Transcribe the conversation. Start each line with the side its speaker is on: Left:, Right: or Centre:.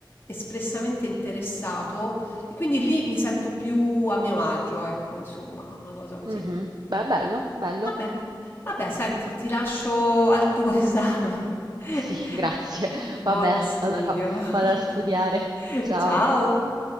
Left: espressamente interessato e quindi lì mi sento più a mio agio, ecco, insomma, una cosa così.
Right: Mhm. Beh, bello, bello.
Left: Vabbè, vabbè, senti, ti lascio al tuo esame. <laughs>
Right: Sì, <laughs> grazie.
Left: Buono
Right: Va bene,
Left: studio.
Right: allora vado a studiare.
Left: <laughs>
Right: Ciao.
Left: Ciao.